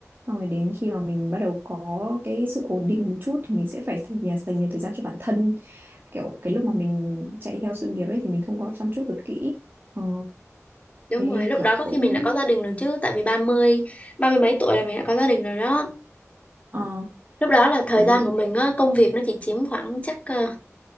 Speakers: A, on the right (about 45°); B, on the left (about 25°).
A: xong rồi đến khi mà mình bắt đầu có cái sự ổn định một chút thì mình sẽ phải dành, nhà- dành nhiều thời gian cho bản thân kiểu cái lúc mà mình chạy theo sự nghiệp ấy thì mình không có chăm chút được kỹ ờ
B: <laughs> đúng
A: thế
B: rồi lúc
A: kiểu
B: đó có
A: cũng
B: khi mình đã có gia đình rồi chứ tại vì ba mươi ba mươi mấy tuổi là mình đã có gia đình rồi đó
A: ờ
B: lúc đó là thời
A: tới
B: gian của mình á, công việc nó chỉ chiếm khoảng chắc ờ,